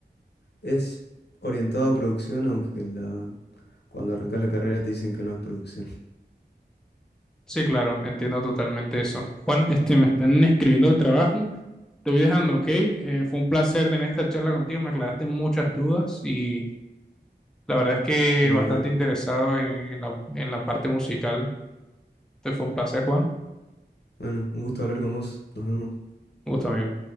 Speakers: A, on the left; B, in the centre.
A: es orientado a producción, aunque en la, cuando arrancas la carrera te dicen que no es producción. <laughs>
B: Sí, claro, entiendo totalmente eso. Juan, este, me están escribiendo el trabajo. Te voy dejando, ¿ok? Eh, fue un placer tener esta charla contigo. Me aclaraste muchas dudas y la verdad es que
A: Bueno,
B: bastante
A: dale.
B: interesado en, en la, en la parte musical. Te fue un placer, Juan.
A: Bueno, un gusto hablar con vos. Nos vemos.
B: Un gusto, amigo.